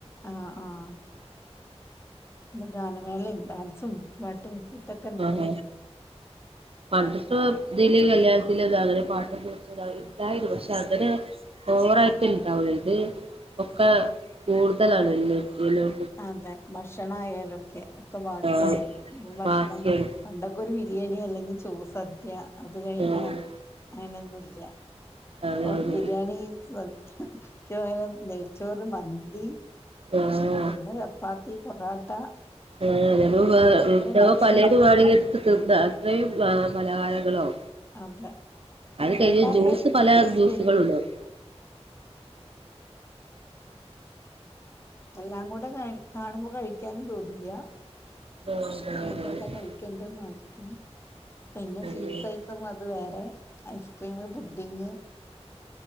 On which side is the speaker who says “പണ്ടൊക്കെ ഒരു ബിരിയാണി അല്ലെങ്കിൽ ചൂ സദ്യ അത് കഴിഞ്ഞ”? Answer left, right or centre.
Left